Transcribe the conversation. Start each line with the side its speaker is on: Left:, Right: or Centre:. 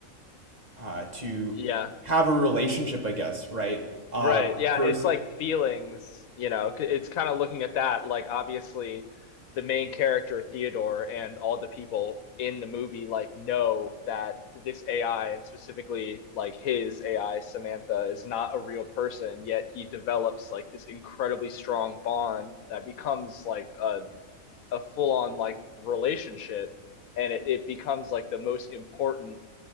Right: uh, to
Left: Yeah.
Right: have a relationship, I guess, right? Uh,
Left: Right. Yeah,
Right: versus,
Left: it's like feelings, you know, c- it's kind of looking at that like obviously the main character Theodore and all the people in the movie like know that this AI and specifically like his AI Samantha is not a real person, yet he develops like this incredibly strong bond that becomes like a a full-on like relationship and it, it becomes like the most important